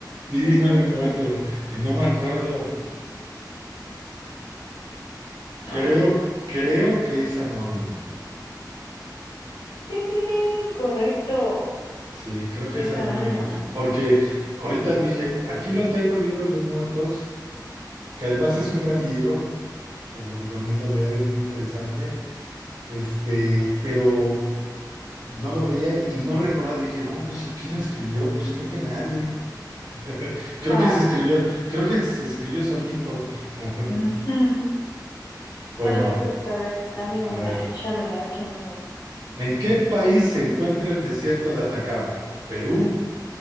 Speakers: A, on the right; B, on the left.
A: Sí,
B: No manches.
A: no lo encuentro. Y no me acuerdo.
B: A
A: Creo,
B: ver.
A: creo que es anónimo.
B: Tin, tin, tin. Correcto.
A: Sí, creo que
B: Es
A: es anónimo.
B: anónimo.
A: Porque ahorita dije, aquí lo tengo el libro de los muertos, que además es un gran libro. Te lo recomiendo leer, es muy interesante. Este, pero no lo veía y no recordaba. Dije, no, pues ¿quién lo escribió?
B: Mm.
A: Pues creo que nadie. <laughs> Creo
B: Ja.
A: que se escribió, creo que se escribió solito. <laughs>
B: Ujú.
A: Bueno,
B: Sale pues, a ver,
A: a,
B: dame
A: a
B: una,
A: ver.
B: échamela, échamela.
A: ¿En qué país se encuentra el desierto de Atacama? ¿Perú,